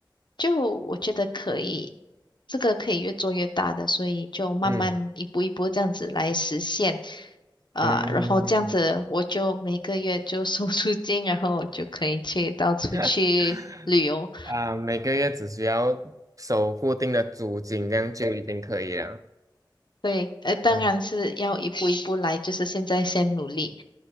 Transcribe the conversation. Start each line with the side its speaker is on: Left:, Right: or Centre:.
Left: 就我觉得可以，这个可以越做越大的，所以就慢慢一步一步这样子来实现，
Right: 嗯
Left: 啊、
Right: 嗯，
Left: 然后这样子我就每个月就收 <laughs> 租金，然后就可以去到处去旅游。
Right: <laughs> 啊、每个月只需要收固定的租金，这样就已经可以了。
Left: 对，呃，当然是要一步一步来，
Right: 嗯。
Left: 就是现在先努力。